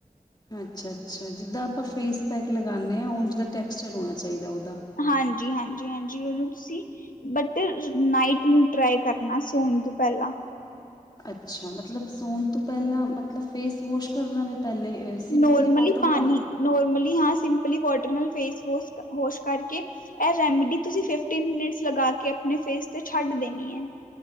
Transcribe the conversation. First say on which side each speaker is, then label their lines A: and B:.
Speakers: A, on the left; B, on the left.
A: ਅੱਛਾ ਅੱਛਾ, ਜਿੱਦਾਂ ਆਪਾਂ ਫੇਸ ਪੈਕ ਲਗਾਨੇ ਹਾਂ, ਉਂਝ ਦਾ ਟੈਕਸਚਰ ਹੋਣਾ ਚਾਹੀਦਾ ਉਹਦਾ।
B: ਹਾਂਜੀ, ਹਾਂਜੀ, ਹਾਂਜੀ, ਉਹਨੂੰ ਤੁਸੀਂ। ਬਟ ਨਾਈਟ ਨੂੰ ਟਰਾਈ ਕਰਨਾ ਸੋਣ ਤੋਂ ਪਹਿਲਾਂ।
A: ਅੱਛਾ ਮਤਲਬ ਸੌਣ ਤੋਂ ਪਹਿਲਾਂ ਮਤਲਬ ਫੇਸ ਵੋਸ਼ ਕਰਨਾ ਵੇ। ਪਹਿਲੇ ਸਿੰਪਲੀ
B: ਨੋਰਮਲੀ
A: ਵੋਟਰ
B: ਪਾਣੀ
A: ਨਾਲ।
B: ਨੋਰਮਲੀ ਹਾਂ ਸਿੰਪਲੀ ਵੋਟਰ ਨਾਲ ਫੇਸ ਵ ਵਾਸ਼ ਕਰਕੇ। ਇਹ ਰੈਮੀਡੀ ਤੁਸੀ ਫਿਫਟੀਨ ਮੀਨਟਸ ਲਗਾ ਕੇ ਆਪਣੇ ਫੇਸ ਤੇ ਛੱਡ ਦੇਣੀ ਹੈ।